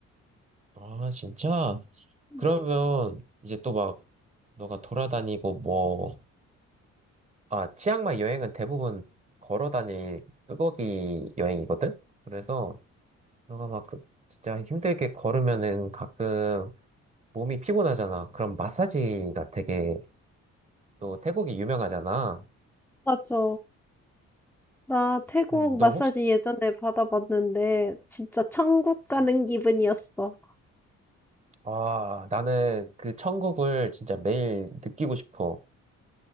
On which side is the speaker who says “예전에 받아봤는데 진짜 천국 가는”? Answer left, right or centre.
Centre